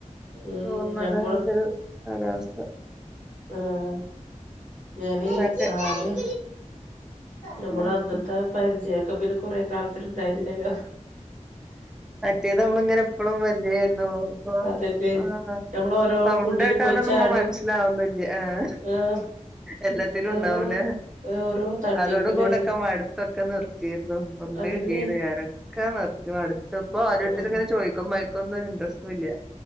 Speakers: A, on the right (about 85°); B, in the centre.
A: ഉം
B: തോർന്നുള്ള
A: ഞമ്മൾ
B: നമുക്കൊരു കാലാവസ്ഥ
A: ആഹ്. ഞാന്
B: ഇതൊക്കെ
A: ആഹ് നമ്മള
B: ഉം
A: അന്നത്തെ പരിചയം ഒക്കെ പിന്നെ കൊറെ കാലത്തിനുണ്ടായിരുന്നില്ലല്ലോ.
B: മറ്റേത് നമ്മളിങ്ങനെ എപ്പളും പരിചയായിരുന്നോ ഇപ്പ
A: അതന്നെ
B: ആ
A: നമ്മള് ഓരോ
B: സൗണ്ടേട്ടാലൊന്നും
A: കുണ്ടില് പോയി ചാടും
B: ഇപ്പ മനസ്സിലാവുന്നില്ല ആഹ്
A: ആഹ്
B: എല്ലാത്തിലും ഉണ്ടാവൂലേ
A: ഓരോ ഓരോ തട്ടിപ്പിലെ
B: അതോട കൂടെക്കെ മട്ത് തൊക്കെ നിർത്തിയരുന്നു ഒന്നും
A: അതന്നെ
B: ഇലേർന്ന് ഞാനൊക്കെ നിർത്തി മ ടുത്തപ്പോ ഓരോരുത്തരിങ്ങനെ
A: ആഹ്
B: ചോയ്ക്കുമ്പോഴക്കൊന്നും ഇൻട്രസ്റ്റ ല്ല